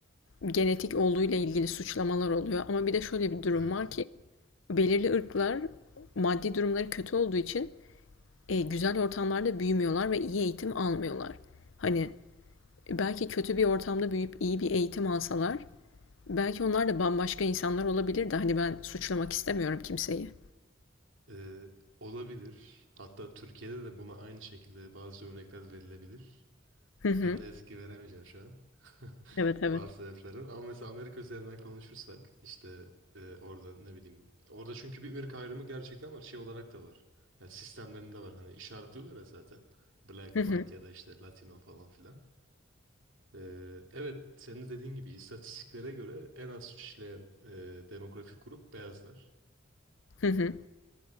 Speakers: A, on the left; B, on the right.
A: genetik olduğuyla ilgili suçlamalar oluyor. Ama bir de şöyle bir durum
B: Evet.
A: var ki belirli ırklar maddi durumları kötü olduğu için e, güzel ortamlarda büyümüyorlar ve iyi eğitim almıyorlar. Hani belki kötü bir ortamda büyüyüp iyi bir eğitim alsalar Belki onlar da bambaşka insanlar olabilir de hani ben suçlamak istemiyorum kimseyi.
B: Ee, olabilir. Hatta Türkiye'de de buna aynı şekilde bazı örnekler verilebilir.
A: Hı
B: Ben
A: hı.
B: ne yazık ki veremeyeceğim şu an. <laughs>
A: Evet evet.
B: Bazı sebeplerden. Ama mesela Amerika üzerinden konuşursak işte e, orada ne bileyim. Orada çünkü bir ırk ayrımı gerçekten var. Şey olarak da var. Yani sistemlerinde var. Hani işaretliyorlar ya zaten. Black,
A: Hı hı.
B: white ya da işte Latino falan filan. Ee, evet senin dediğin gibi istatistiklere göre en az işleyen e, demografik grup beyazlar.
A: Hı hı.